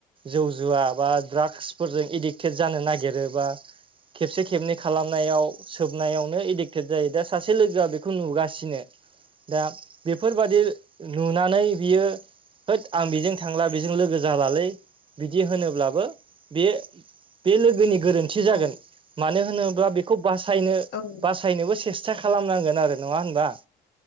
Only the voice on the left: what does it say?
औ
औ
औ